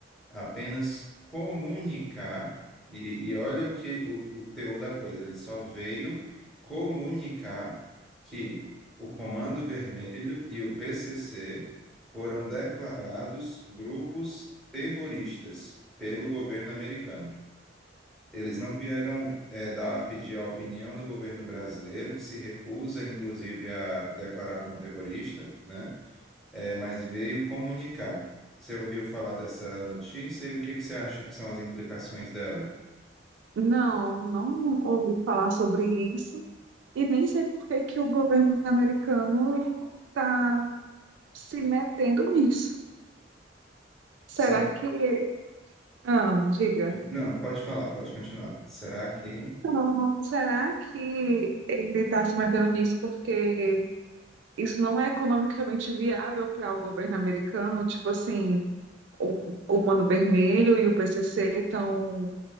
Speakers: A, in the centre; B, on the right.
A: apenas comunicar, e, e olha o que o, o teor da coisa, ele só veio comunicar que o Comando Vermelho e o PCC foram declarados grupos terroristas pelo governo americano. Eles não vieram eh, dar- pedir a opinião do governo brasileiro, que se recusa, inclusive, a declarar como terrorista, né? Eh, mas veio comunicar. Você ouviu falar dessa notícia e o que que você acha que são as implicações dela?
B: Não, não ouvi falar sobre isso e nem sei por que que o governo americano está se metendo nisso. Será
A: Sabe?
B: que... Ah, diga.
A: Não, pode falar, pode continuar. Será que.
B: Não, Será que ele está se metendo nisso porque isso não é economicamente viável para o governo americano. Tipo assim, o Comando Vermelho e o PCC estão